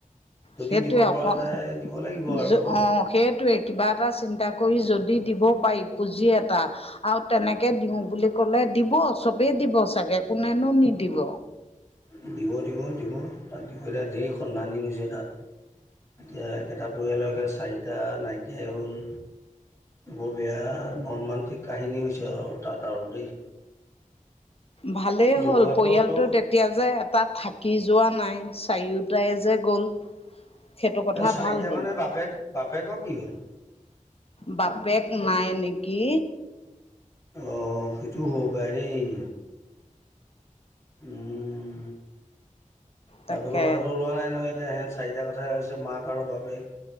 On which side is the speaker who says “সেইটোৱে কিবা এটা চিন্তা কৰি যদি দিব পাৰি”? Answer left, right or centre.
Left